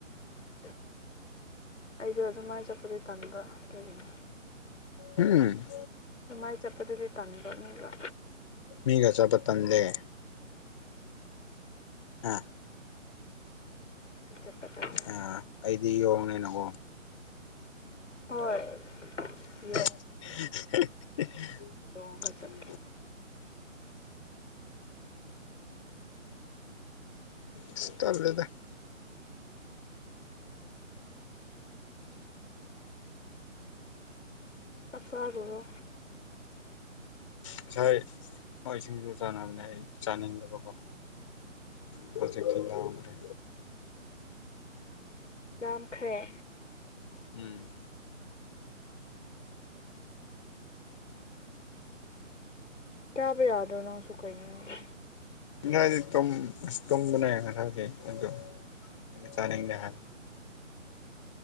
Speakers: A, on the left; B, on the left.
A: ꯍꯥꯏ ꯑꯩꯗꯣ ꯑꯗꯨꯃꯥꯏꯅ ꯆꯠꯄꯗ ꯇꯝꯕ ꯑꯗꯨꯔꯤꯅꯦ
B: ꯎꯝ
A: ꯃꯥꯏ ꯆꯠꯄꯗꯨꯗꯤ ꯇꯟꯕꯅꯤꯕ
B: ꯃꯤꯒꯆꯥꯕ ꯇꯟ ꯂꯩꯦ ꯑꯥ
A: ꯈ ꯆꯄ ꯇꯔꯦ
B: ꯑꯥ ꯑꯩꯗꯤ ꯌꯣꯡꯅꯤꯅ ꯀꯣ
A: ꯍꯣꯏ ꯌꯣ
B: <unintelligible>
A: ꯌꯣꯡꯒ ꯆꯠꯀꯦ
B: ꯏꯁ ꯇꯜꯂꯦꯗꯥ
A: ꯆꯥꯛ ꯆꯔꯨꯔꯣ
B: ꯉꯁꯥꯏ ꯃꯣꯏ ꯁꯤꯡꯖꯨ ꯆꯥꯅꯕꯅꯦ ꯑꯩ ꯆꯥꯅꯤꯡꯗꯕꯀꯣ ꯄ꯭ꯔꯣꯖꯦꯛꯁꯤ ꯂꯥꯡꯈ꯭ꯔꯦ
A: ꯑꯗꯨꯗꯥ ꯈꯔ꯭ꯦ
B: ꯎꯝ
A: ꯀꯌꯥ ꯄ ꯌꯥꯗꯣꯅꯁꯨ ꯀꯩꯅꯅ
B: ꯅꯅꯦ ꯇꯝ ꯇꯨꯝꯕꯅꯦ ꯉꯁꯖꯩ ꯑꯗꯨꯣ ꯑꯩꯅ ꯆꯥꯅꯤꯡꯗꯦ ꯍꯥꯟꯅ